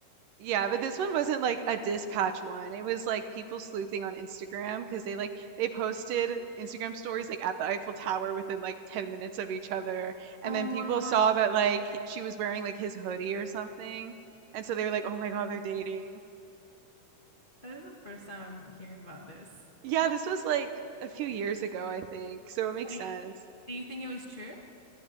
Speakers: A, on the right; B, on the left.
A: yeah, but this one wasn't like a dispatch one. It was like people sleuthing on Instagram because they like they posted Instagram stories like at the Eiffel Tower within like 10 minutes of each other. And
B: Oh
A: then people
B: my God.
A: saw that like he- she was wearing like his hoodie or something. And so they were like, "Oh my God, they're dating."
B: This is the first time I'm hearing about this.
A: Yeah, this was like a few years ago, I think. So it makes
B: Wait,
A: sense.
B: do you think it was true?